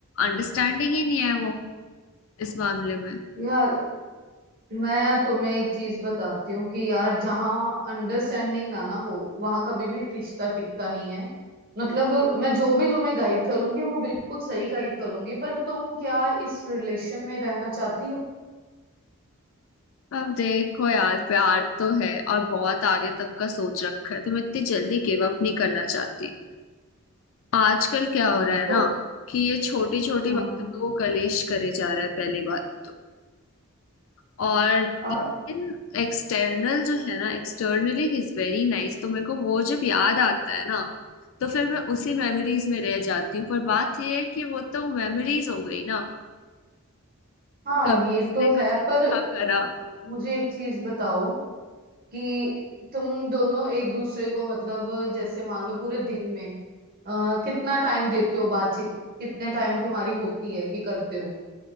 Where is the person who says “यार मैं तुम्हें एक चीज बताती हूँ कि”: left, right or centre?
Right